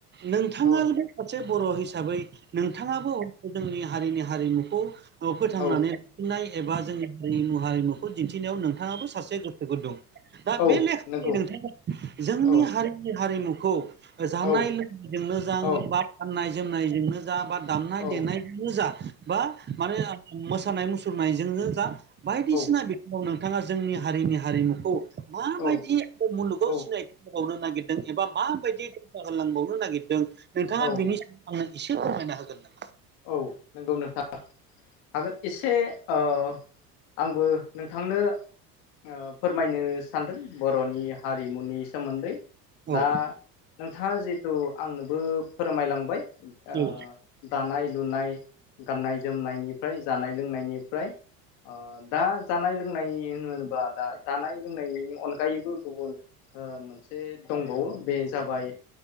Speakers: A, on the right; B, on the left.
A: नोंथाङाबाबो
B: औ
A: सासे बर' हिसाबै नोंथाङाबो जोंनि हारिनि हारिमुखौ ओ फोथांनानै
B: औ
A: लाफिननाय एबा जोंनि हारिम हारिमुखौ दिन्थिनायाव नोंथाङाबो सासे गोसो गुदुं दा
B: औ
A: बे लेखा
B: नंगौ
A: <unintelligible> नोंथाङा जोंनि
B: औ
A: हारिनि हारिमुखौ जानाय
B: औ
A: लोंनायजोंनो जा
B: औ
A: बा गाननाय जोमनायजोंनो जा बा दामनाय
B: औ
A: देनाय जा बा माने मोसानाय मुसुरनायजोंनो जा बायदिसिना
B: औ
A: नोंथाङा जोंनि हारिनि हारिमुखौ माबायदि
B: औ औ
A: मुलुगाव
B: औ
A: सिनायदों समावनो नागिरदों एबा माबायदि होलांबावनो नागिरदों नोंथाङा
B: औ
A: बिनि आंनो एसे फोरमायना होगोन नामा।
B: औ नंगौ नोंथाङा हागोन एसे ओ आंबो नोंथांनो ओ फोरमायनो सानदों बर'नि हा रिमुनि सोमोन्दै।
A: औ
B: दा नोंथाङा जिहेथु आंनोबो फोरमायलांबाय
A: औ
B: ओ दानाय लुनाय गाननाय जोमनायनिफ्राय जानाय लोंनायनिफ्राय ओ दा जानाय लोंनाय होनोबा दा जानाय लोंनायनि अनगायैबो गुबुन ओ मोनसे दंबावो बे जाबाय